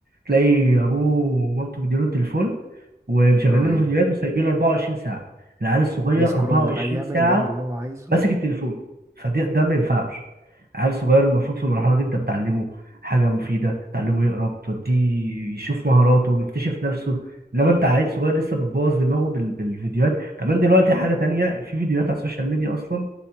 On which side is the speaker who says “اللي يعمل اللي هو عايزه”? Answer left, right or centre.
Right